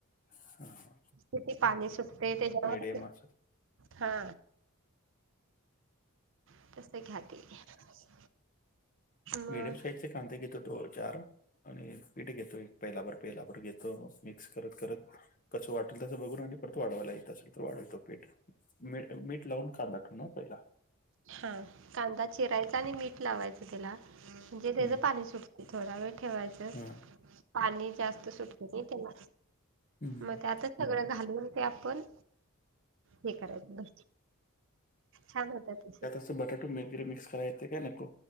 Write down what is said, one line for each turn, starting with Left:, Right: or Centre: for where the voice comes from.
Left: हा.
Right: किती पाणी सुटते त्याच्यावर
Left: ये मासात
Right: हा <unintelligible> मग
Left: मीडियम साईज चे कांदे घेतो दो चार आणि पीठ घेतो एक पेलाभर पेलाभर घेतो, मिक्स करत करत कसं वाटल तस बघून आणि परत वाढवायला येत असल वाढवीतो पीठ मीठ मीठ लावून कांदा ठेवू ना पहिला.
Right: हा कांदा चिरायचा आणि मीठ लावायचं त्याला म्हणजे त्याज
Left: हम्म.
Right: पाणी सुटत. थोडा वेळ ठेवायचं
Left: हा.
Right: पाणी जास्त सुटत नाही त्याला,
Left: हम्म.
Right: मग त्यातच सगळं घालून ते आपण हे करायचं छान होतात ते
Left: अस बटाटे <unintelligible> मिक्स करा येते काय नको